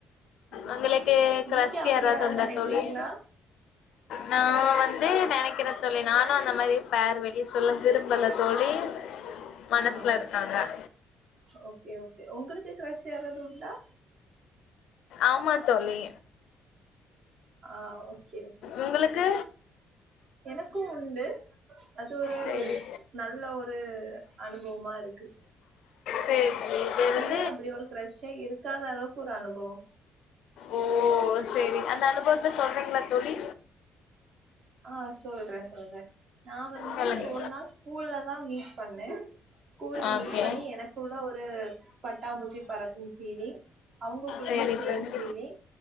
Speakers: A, on the right; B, on the left.
A: ம்
B: ஒங்களுக்கு க்ரஷ்
A: நீங்க அப்டி
B: யாராது
A: யாராவது
B: உண்டா
A: நெனைக்கிறீங்களா
B: தோழி நா வந்து நினைக்கிற தோழி நானு அந்த மாரி பேர் வெளிய சொல்ல விரும்பல தோழி மனசுல
A: ஆ ஒ
B: இருக்காங்க
A: ஓகே ஓகே உங்களுக்கு கிரஷ் யாராது உண்டா
B: ஆமா தோழி
A: ஆ ஓகே ஓகே
B: உங்களுக்கு
A: எனக்கும் உண்டு அது ஒரு
B: சேரி
A: நல்ல ஒரு அனுபவமா இருக்கு
B: சேரி தோழி
A: மே
B: சேரி
A: அப்டி ஒரு கிரஷ்சே இருக்காத அளவுக்கு ஒரு அனுபவம்
B: ஓ சரி அந்த அனுபவத்துல சொல்றீங்களா தோழி
A: ஆ சொல்றே சொல்றே நா வந்து
B: சொல்லுங்க
A: ஒரு நாள் ஸ்கூல்ல தா மீட் பண்ணே ஸ்கூல்ல மீட்
B: ஓகே
A: பண்ணி எனக்குள்ள ஒரு பட்டாமுச்சி பறக்கும் பீலிங் அவங்க குள்ளயும்
B: சேரி
A: சேம்
B: தோழி
A: பீலிங்